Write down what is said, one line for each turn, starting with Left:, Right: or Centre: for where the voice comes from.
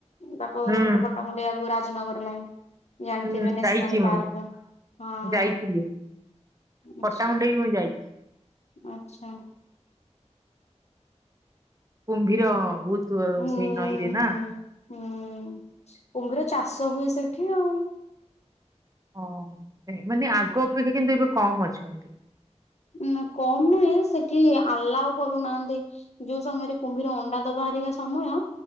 Left: ବା ପୋର
Right: ହୁଁ
Left: ପଟେ ପଟାମୁଣ୍ଡିଆକୁ ରାଜନଗର ଲାଇଁ ଜାଣିଥିବେ
Right: ହୁଁ
Left: ନେ
Right: ଯାଇଛି
Left: ପାର୍
Right: ମୁଁ
Left: ହଁ ଆଚଛା
Right: ଯାଇଥିଲି। ପଟ୍ଟାମୁଣ୍ଡେଇ ମୁଁ ଯାଇଛି
Left: ଆଚ୍ଛା
Right: କୁମ୍ଭୀର ବହୁତ
Left: ହୁଁ
Right: ସେଇ ନଈରେ
Left: ହୁଁ
Right: ନା
Left: ହୁଁ କୁମ୍ଭିର ଚାଷ ହୁଏ ସେଇଠି ଆଉ।
Right: ହ ସେ ମାନେ ଆଗ ଅପେକ୍ଷା କିନ୍ତୁ ଏବେ କମ ଅଛନ୍ତି।
Left: ଉ କମ ନୁହେଁ ସେଠି ଆଲ୍ଲାହ କରୁନାହାନ୍ତି। ଯୋଉ ସମୟରେ କୁମ୍ଭୀର ଅଣ୍ଡା ଦବାହାରିକା ସମୟ